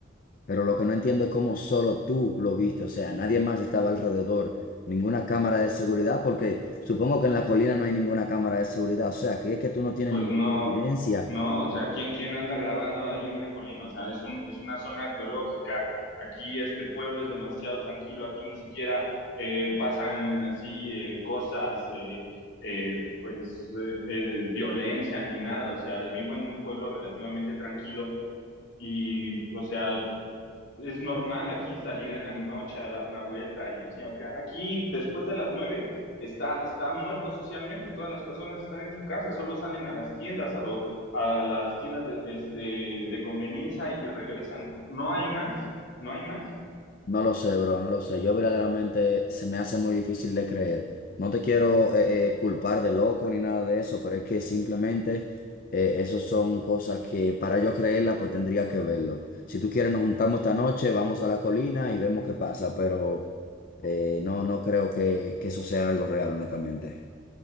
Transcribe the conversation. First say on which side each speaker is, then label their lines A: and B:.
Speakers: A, on the left; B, on the left.
A: Pero lo que no entiendo es cómo solo tú lo viste, o sea, nadie más estaba alrededor, ninguna cámara de seguridad, porque supongo que en la colina no hay ninguna cámara de seguridad, o sea, que es que tú no tienes
B: Pues
A: ninguna
B: no,
A: evidencia
B: no, o sea, ¿quién, quién anda grabando ahí una colina? O sea, es un, es una zona arqueológica, aquí este pueblo es demasiado tranquilo, aquí ni siquiera eh, pasan así eh, cosas, eh, eh, pues eh, eh, violencia ni nada, o sea, vivo en un pueblo relativamente tranquilo y, o sea, es normal aquí salir en la noche a dar una vuelta y así, aunque aquí después de las nueve está, está muerto socialmente, todas las personas están en su casa, solo salen a las tiendas, a, los a las tiendas de, este, de conveniencia y regresan, no hay más, no hay más.
A: No lo sé, bro, no lo sé. Yo verdaderamente se me hace muy difícil de creer. No te quiero eh, eh, culpar de loco ni nada de eso, pero es que simplemente eh, esos son cosas que para yo creerlas, pues tendría que verlo. Si tú quieres, nos juntamos esta noche, vamos a la colina y vemos qué pasa, pero eh, no, no creo que, que eso sea algo real, honestamente.